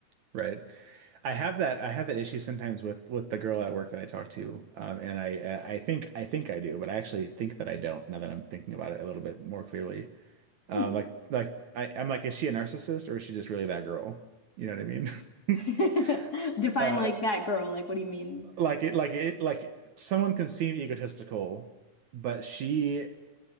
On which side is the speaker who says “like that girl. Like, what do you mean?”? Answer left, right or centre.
Left